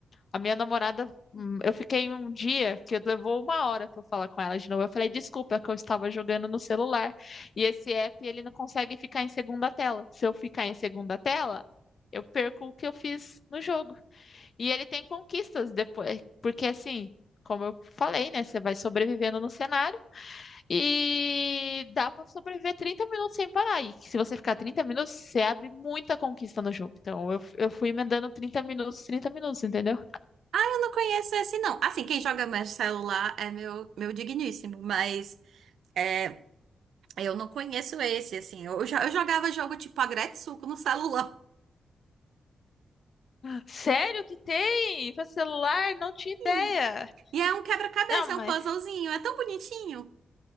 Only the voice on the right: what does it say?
Ah, eu não conheço esse não. Assim, quem joga mais celular é meu, meu digníssimo, mas é, eu não conheço esse, assim. Eu, já, eu jogava jogo tipo Agretsuco no celular. <laughs>
Hum. E é um quebra-cabeça,
é um puzzlezinho, é tão bonitinho.